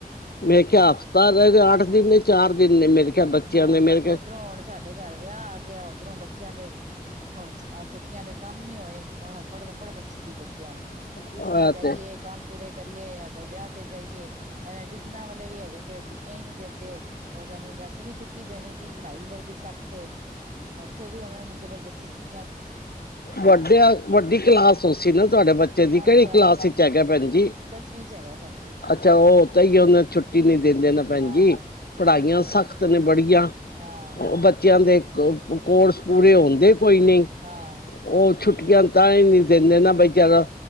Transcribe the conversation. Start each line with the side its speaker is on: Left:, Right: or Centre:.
Left: ਮੈਂ ਕਿਹਾ ਹਫ਼ਤਾ ਰਹਿ ਗਿਆ ਅੱਠ ਤਿਨ, ਚਾਰ ਦਿਨ ਨੇ ਮੇਰੇ ਖਿਆਲ ਬੱਚਿਆਂ
Right: ਹਾਂ
Left: ਦੇ ਮੇਰੇ ਖਿਆਲ
Right: ਓਧਰੋਂ ਹੁਣ ਸਾਡੇ ਘਰ ਵਿਆਹ ਆ ਗਿਆ, ਓਧਰੋਂ ਬੱਚਿਆਂ ਦੇ ਹੁਣ ਛੁੱਟੀਆਂ ਦੇ ਕੰਮ ਨੀ ਹੋਏ ਫੜ ਫੜ ਮੱਚੀ ਪਈ ਬੀ। ਨੂੰ
Left: ਤੁਹਾ
Right: ਤੂਸ਼ਨਾ ਜਾਈਏ
Left: ਤੇ
Right: ਕਾਮ ਪੂਰੇ ਕਰੀਏ ਜਾਂ ਫਿਰ ਵਿਆਹ ਤੇ ਜਾਈਏ ਇਹਨਾਂ ਟਿਊਸ਼ਨਾਂ ਵਾਲੇ ਵੀ ਹੈ ਕਹਿੰਦੇ ਛੁੱਟੀਆਂ ਹੀ ਨਹੀਂ ਦਿੰਦੇ ਉਹ ਕਹਿੰਦੇ ਹੁੰਦੇ। ਨ ਛੁੱਟੀ ਦੇਣੀ ਜੀ ਪੜ੍ਹਾਈ ਵਦੀ ਸਕ ਤੇ ਉੱਥੇ ਵੀ ਉਹਨਾ ਨੂੰ ਜਬਰਦਸਤੀ ਛੁੱਟੀ
Left: ਵੱਡੇ ਵੱਡੀ ਕਲਾਸ ਹੋ ਸੀ ਨਾ ਤੁਹਾਡੇ ਬੱਚੇ ਦੀ
Right: ਹਾਂਜੀ
Left: ਕਿਹੜੀ
Right: ਹਾਂਜੀ
Left: ਕਲਾਸ ਵਿੱਚ ਹੈਗਾ ਭੈਣ ਜੀ
Right: ਦਸਵੀਂ ਚ ਹੈਗਾ ਭੈਣ ਜੀ
Left: ਅੱਛਾ ਉਹ ਤਾਂ ਹੀ ਉਹਨੇ ਛੁੱਟੀ ਨੀ ਦਿੰਦੇ ਨੇ ਭੈਣ
Right: ਹਾਂ
Left: ਜੀ ਪੜ੍ਹਾਈਆਂ ਸਖ਼ਤ ਨੇ ਬੜੀ। <unintelligible>
Right: ਹਾਂ
Left: ਬੱਚਿਆਂ ਦੇ ਕੋਰਸ ਪੂਰੇ ਹੁੰਦੇ ਕੋਈ ਨਹੀਂ।
Right: ਹਾਂ।
Left: ਉਹ ਛੁੱਟੀਆਂ ਤਾਂ ਹੀ ਨਹੀਂ ਦਿੰਦੇ ਨਾ ਬਚਾਰਾ